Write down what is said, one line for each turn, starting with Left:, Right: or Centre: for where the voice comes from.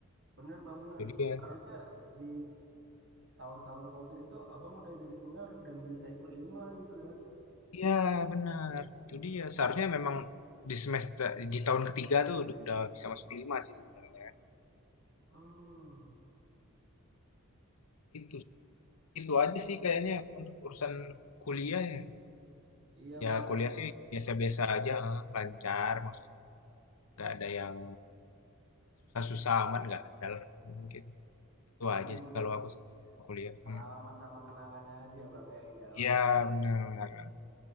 Right: Bener bang bener.
Left: itu dia.
Right: Harusnya di tahun-tahun COVID itu abang udah jadi senior dan bisa ikut lima gitu ya.
Left: Iya, benar. Itu dia, seharusnya memang di semester di tahun ketiga tuh ud udah bisa masuk ke sih sebenarnya.
Right: Hmm,
Left: Itu Itu aja sih kayaknya untuk urusan kuliah ya.
Right: iya
Left: Ya
Right: bang
Left: kuliah
Right: ya.
Left: sih biasa-biasa aja, eh, lancar maksudnya. Nggak ada yang susah-susah amat, nggak ada lah. Mungkin itu
Right: Cuman
Left: aja sih kalau aku sih sama kuliah.
Right: pengalaman
Left: Hmm.
Right: sama kenangannya aja bang ya yang jalan.
Left: Iya benar.